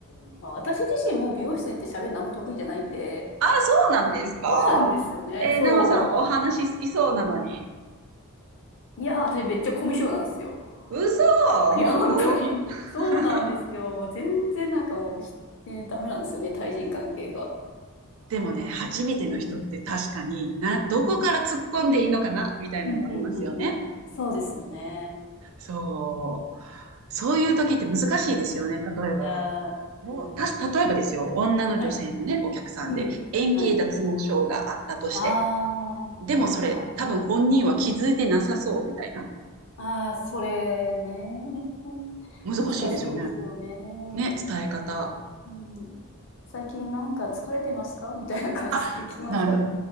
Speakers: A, on the left; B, on the right.
A: ん。まあ、私自身も美容室行って喋るのあんま得意じゃないんで、
B: あー、そうなんですかえー、
A: そうなんですよね。そ
B: なおさん、お話好きそうなのに。
A: う。いやー、私めっちゃコミュ障なんですよ。
B: 嘘
A: <laughs> いや、
B: 本当
A: 本当に。
B: <laughs>
A: そうなんですよ。もう全然なんかもうひ、ね、ダメなんですよね、対人関係が。
B: でもね、初めての人って確かにな、
A: うん。
B: どこから突っ込んでいいのかなみたいなのもありますよね。
A: うん。うんうんうんうん。そうですよね。
B: そう。そういう時って難しいですよね。例えば、
A: いやー、
B: もう、
A: うん。
B: たし、
A: み
B: 例えばですよ、女の女性のね、
A: はいはい。
B: お客さんで、
A: うん。
B: 円形脱毛症があったとして、
A: はいはい。ああ、
B: でもそれ、
A: はいはい。
B: 多分本人は気づいてなさそうみたいな。
A: ああ、それね。
B: 難しいですよね。
A: 難しいですよね。
B: ね、伝え方。
A: うん、最近なんか疲れてますかみたいな感じで聞きますかね。
B: あ、なる。